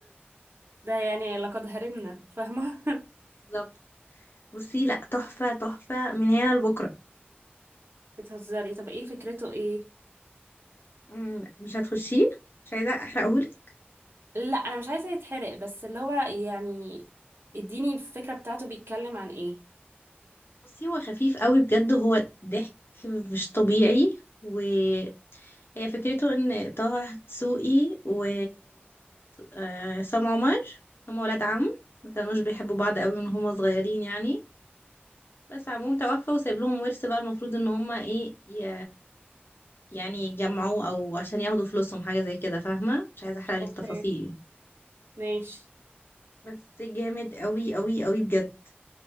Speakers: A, on the right; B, on the left.
A: <laughs> ده يعني لقد هرمنا فاهمة
B: <laughs> بالظبط بصي لأ تحفة تحفة من هنا لبكرة
A: <laughs> بتهزري طب ايه فكرته ايه
B: مم، مش هتخشيه مش عايزة أحرقهولك
A: لا انا مش عايزة يتحرق بس اللي هو يعني اديني الفكرة بتاعته بيتكلم عن ايه
B: بصي هو خفيف قوي بجد هو ضحك مش طبيعي وهي فكرته إن طه دسوقي و آه، سام عمر هما ولاد عم ما كانوش بيحبوا بعض قوي من هما صغيرين يعني بس عموم توفى وسايب لهم ورث بقى المفروض ان هما ايه ي... يعني يجمعوه او عشان ياخدوا فلوسهم حاجة زي كده فاهمة مش عايزة احرق لك
A: اوكي
B: تفاصيل
A: ماشي
B: يعني بس جامد قوي قوي قوي بجد